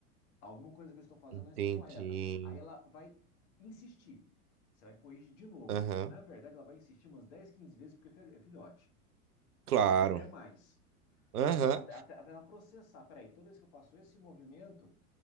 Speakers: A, on the left; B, on the right.
A: Alguma coisa que eu estou fazendo
B: entendi.
A: não está correta. Aí ela vai insistir. Você vai corrigir de novo.
B: Aham,
A: Na verdade, ela vai insistir umas 10, 15 vezes porque é é filhote.
B: claro.
A: Às vezes até mais.
B: Aham.
A: Porque até, até, até ela processar. Peraí, toda vez que eu faço esse movimento,